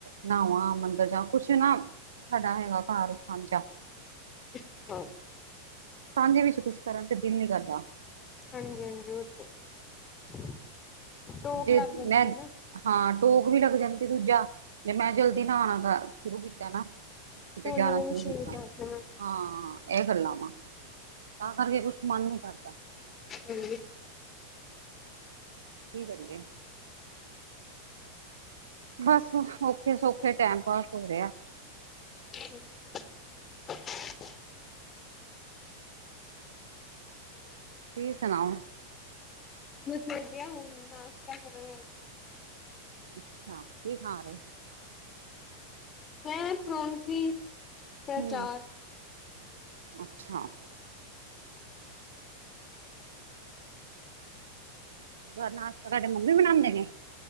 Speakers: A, on the right (about 65°); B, on the left (about 25°).
A: ਨਹਾਵਾਂ ਮੰਦਿਰ ਜਾਂਵਾ ਕੁਛ ਨਾ। ਸਾਡਾ ਹੈਗਾ ਘਰ ਸਾਂਝਾ।
B: ਅੱਛਾ
A: ਸਾਂਝੇ ਵਿੱਚ ਕੁਛ ਕਰਨ ਤੇ ਦਿਲ ਨਹੀਂ ਕਰਦਾ।
B: ਹਾਂਜੀ, ਹਾਂਜੀ, ਉਹ ਟੋਕ
A: ਜੇ
B: ਲੱਗ ਜਾਂਦੀ
A: ਮੈਂ
B: ਹੈ ਨਾ।
A: ਹਾਂ, ਟੋਕ ਵੀ ਲੱਗ ਜਾਂਦੀ, ਦੂਜਾ ਜੇ ਮੈਂ ਜਲਦੀ ਨਹਾਉਣਾ ਸ਼ੁਰੂ ਕੀਤਾ ਨਾ। ਕਿਤੇ
B: ਉਹਨਾਂ
A: ਜਾਣਾ
B: ਨੂੰ
A: ਸ਼ੁਰੂ ਕੀਤਾ
B: ਕਰ ਦੇਣਾ
A: ਹਾਂ ਇਹ ਗੱਲਾਂ ਵਾ। ਤਾਂ ਕਰਕੇ ਕੁਛ ਮਨ ਨਹੀਂ ਕਰਦਾ।
B: ਹਾਂ ਜੀ।
A: ਕੀ ਕਰੀਏ? ਬਸ ਔਖੇ ਸੌਖੇ ਟਾਈਮ ਪਾਸ ਹੋ ਰਿਹਾ।
B: । <unintelligible> <inaudible>
A: ਤੁਸੀ ਸੁਣਾਓ?
B: ਜਦੋਂ ਉੱਠਦੀ ਆ ਹੁਣ ਨਾਸ਼ਤਾ ਕਰਨ। ਹਾਂ
A: ਅੱਛਾ, ਕੀ ਖਾ ਰਹੇ?
B: ਮੈਂ ਪਰੌਂਠੀ। ਤੇ
A: ਹੂੰ
B: ਅਚਾਰ
A: ਅੱਛਾ। ਘਰ ਨਾਸ਼ਤਾ ਤੁਹਾਡੇ ਮੰਮੀ ਬਣਾਉਂਦੇ ਨੇ?